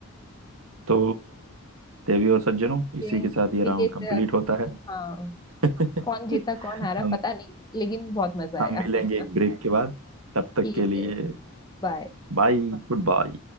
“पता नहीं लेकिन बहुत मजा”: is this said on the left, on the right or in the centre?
Left